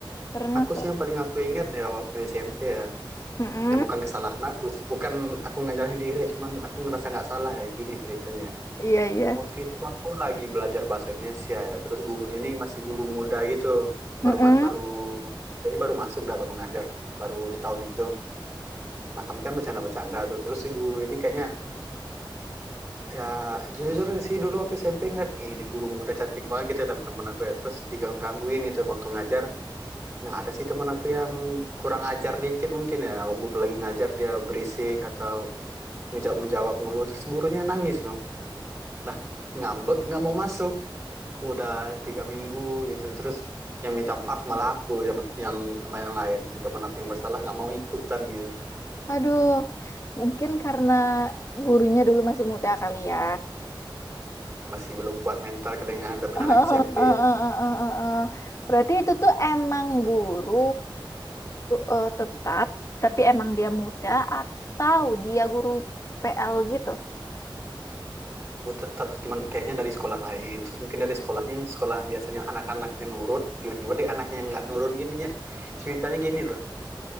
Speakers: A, on the left; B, on the right.
A: pernah.
B: Aku
A: Per
B: sih yang paling aku ingat ya waktu SMP ya.
A: Mm-mm.
B: Ya bukan kesalahan aku, bukan aku nggak nyalahin diri, ya, cuman aku ngerasa nggak salah ya gini ceritanya.
A: Iya iya.
B: Waktu itu aku lagi belajar bahasa Indonesia ya. Terus gurunya nih masih guru muda gitu. Baru
A: Mm-mm.
B: ma- baru kayaknya baru masuk dah, baru ngajar. Baru di tahun itu. Nah, kami kan bercanda-bercanda tuh. Terus si guru ini kayaknya ya jujur sih dulu waktu SMP ngeliat "Ih, ini guru muda cantik banget gitu ya teman-teman aku ya. Terus diganggu-gangguin gitu waktu ngajar. Nah, ada sih teman aku yang kurang ajar dikit mungkin ya. Waktu lagi ngajar dia berisik atau ngejawab-ngejawab mulu. Terus gurunya nangis noh. Nah, ngambek nggak mau masuk udah tiga minggu gitu terus yang minta maaf malah aku yang yang yang lain yang teman aku yang bersalah nggak mau ikutan gitu
A: Aduh, mungkin karena gurunya dulu masih muda kali ya.
B: masih belum kuat mental kali ngadepin
A: Oh,
B: anak SMP
A: oh, oh,
B: ya.
A: oh, oh, oh, oh. Berarti itu tuh emang guru eh, tetap, tapi emang dia muda atau dia guru PL gitu?
B: Aku tetap cuman kayaknya dari sekolah lain terus mungkin dari sekolahnya yang sekolah biasanya anak-anaknya nurut tiba-tiba deh anaknya yang nggak nurut gini ya ceritanya gini loh